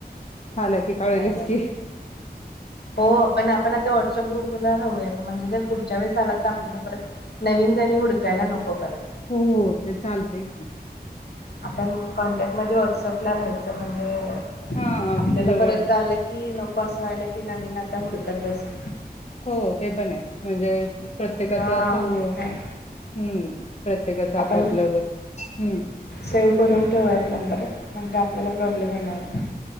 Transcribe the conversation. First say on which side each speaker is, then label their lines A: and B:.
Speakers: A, on the left; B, on the left.
A: आला की कळेलच
B: काय म
A: की
B: हो आपण, आपण आता व्हॉटसअप ग्रुप राहूयात म्हणजे जर पुढच्या वेळेस आला तर आपल्याला परत, नवीन जणी हुडकायला नको परत.
A: हो ते चालतय की.
B: आपण कॉन्टॅक्टमध्ये व्हाट्सअप अपलं राहायचं म्हणजे
A: हा
B: आपल्याला
A: जवळ
B: परत आलं कि नक को असं व्हायला की नवीन आता हुडकत बसा.
A: हो ते पण हे म्हणजे प्रत्येकाच
B: हा
A: असं
B: मग
A: हो हूं
B: काय
A: प्रत्येकाचं
B: आपण
A: आपापलं ब हूं!
B: सेव्ह करून ठेवूयात नंबर म्हणजे आपल्याला प्रॉब्लेम येणार नाही.